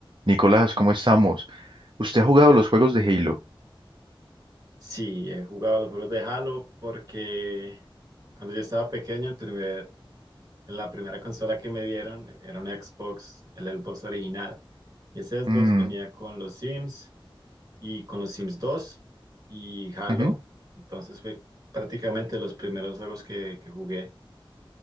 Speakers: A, on the right; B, on the right.
A: Nicolás, ¿cómo estamos? ¿Usted ha jugado los juegos de Halo?
B: Sí, he jugado los juegos de Halo porque cuando yo estaba pequeño, el primer, la primera consola que me dieron era un Xbox, el Xbox original. Y ese Xbox
A: Mm,
B: venía con los Sims y con los Sims dos y Halo.
A: ujú.
B: Entonces fue prácticamente los primeros juegos que, que jugué.